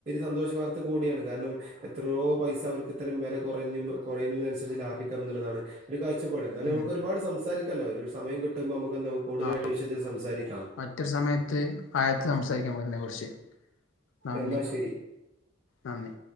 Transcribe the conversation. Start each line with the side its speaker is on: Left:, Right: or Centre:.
Right: സന്തോഷവാർത്ത കൂടിയാണ് കാരണം എത്രയോ പൈസ അവർക്ക് ഇത്രരം വില കുറഞ്ഞ കുറയുന്നതിനനുസരിച്ച് ലാഭിക്കാം എന്നുള്ളതാണ്. ഒരു കാഴ്ചപ്പാട് എന്താലും
Left: ഉം
Right: നമുക്ക് ഒരുപാട് സംസാരിക്കല്ലോ ഒരു സമയ കിട്ടുമ്പോ നമുക്കന്ത കൂടുതലായിട്ട്
Left: ആ
Right: വിശദമായി സംസാരിക്ക
Left: മറ്റൊരു സമയത്ത് ആയത്ത് സംസാരിക്കാം നമുക്ക്തിനെ കുറിച്ച് നന്ദി
Right: എന്നാ ശരി
Left: നന്ദി